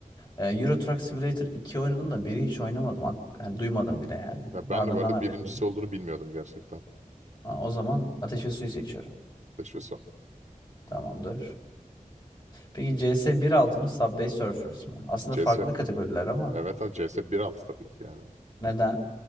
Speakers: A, on the left; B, on the right.
A: E, Euro Truck Simulator 2 oynadım da biri hiç oynamadım. Ak- yani duymadım bile yani.
B: Ya
A: Varlığından
B: ben de bu arada
A: haberim
B: birincisi
A: yok.
B: olduğunu bilmiyordum gerçekten.
A: Ha, O zaman Ateş ve Su'yu seçiyorum.
B: Ateş ve Su.
A: Tamamdır. Peki CS 1.6 mı Subway Surfers mı? Aslında
B: CS
A: farklı kategoriler ama
B: evet ama CS 1.6 tabii ki yani.
A: neden?